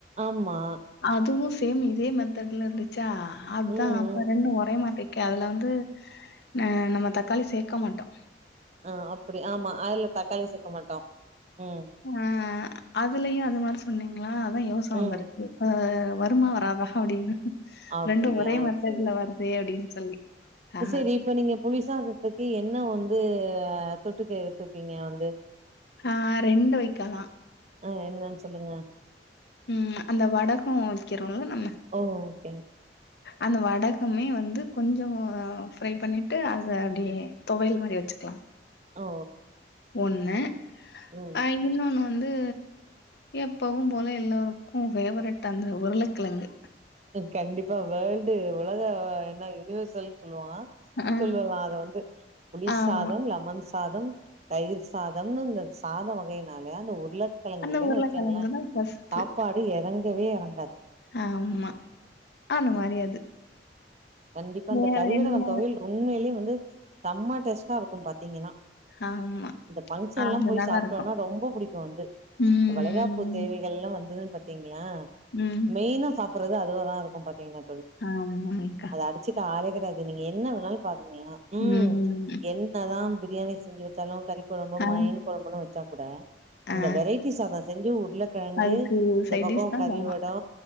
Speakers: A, on the right (about 40°); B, on the left (about 65°).
A: ஆமா
B: அதுவு சேம் இதே மெத்தேட்ல இருந்துச்சா அதுதா
A: ம்
B: அப்ப
A: ம்
B: ரெண்டு ஒரே மாட்டி கே அதுல வந்து அ நம்ம தக்காளி சேக்க மாட்டோ
A: ஆ அப்டி ஆமா அதுல தக்காளி சேக்க மாட்டோ உ
B: ஆ அதுலயு அது மாரி சொன்னீங்களா அதா யோசனை
A: ம்
B: வந்துருக்கு அ வருமா வராதா அப்டின்னு
A: அப்டியா
B: ரெண்டு ஒரே மெத்தட்ல
A: செரி
B: வருதே அப்டின்னு சொல்லி ஆ
A: செரி இப்ப நீங்க புளிசா த்துக்கு என்ன வந்து தொட்டுக்கு எடுத்துப்பீங்க வந்து
B: ஆ ரெண்டு வெக்காலா
A: ஆ என்னன்னு சொல்லுங்க
B: உ அந்த வடகோ வெக்கிறோல நம்ம
A: ஓ ஓகே
B: அந்த வடகமே வந்து கொஞ்சோ ஃப்ரை பண்ணிட்டு அத அப்டியே தொவையல் மாரி வெச்சுக்கலா
A: ஓ
B: ஒன்னு
A: ம்
B: அ இன்னொன்னு வந்து எப்பவு போல எல்லோருக்கு ஃபேவரட் அந்த உருளைக்கிழங்கு
A: கண்டிப்பா வேர்ல்டு உலக என்ன யூனிவர்ல்னு சொல்லுவா
B: ஆ
A: சொல்லலா அத வந்து புளி
B: ஆமா
A: சாதோ லெமன் சாதம் தயிர் சாதம்னு இந்த சாத வகைனாலையா அந்த உர்ள கிழங்கு
B: அந்த
A: இல்லேன்னு
B: உருளக்கெழங்குதா
A: வச்சுங்களே
B: ஃபஸ்ட்டு
A: சாப்பாடு எறங்கவே எறங்காது
B: ஆமா அந்த மாரி அது
A: கண்டிப்பா அந்த
B: வேற
A: கரிவெடகோ
B: என்ன
A: தொவயைல் ரோம் உண்மையிலே வந்து செம்மா டேஸ்ட்டா இருக்கு பாத்தீங்கென்னா
B: ஆமா.
A: இந்த ஃபங்ஷன்
B: ஆ
A: எல்லா
B: அது
A: போய்
B: நல்லாருக்கும்.
A: சாப்ட்டோன்னா ரொம்ப பிடிக்கு வந்து
B: ம்,
A: வளைகாப்பு தேவை
B: ம்,
A: எல்லா வந்தது பாத்தீங்களா
B: ம்.
A: மெயினா சாப்புறது அதுலதா இருக்கு பாத்தீங்கன்ன
B: ஆமா க்
A: அத அடிச்சுக்க ஆளே கெடையாது நீங்க என்ன வேணாலு பாக்குனிங்கலா உம்
B: ம்.
A: என் என்ன தா பிரியாணி செஞ்சு வச்சாலு கறி கொழம்பு
B: ஆ,
A: மயின் கொழம்புன்னு வச்சா கூட இந்த
B: ஆ
A: வெரைட்டி சாதோ செஞ்சு உர்ளக்கெழங்கு
B: அதுக்கு
A: இந்த
B: சைட்
A: பக்கோ
B: டிஷ் தான்
A: கறி
B: செம.
A: வடோ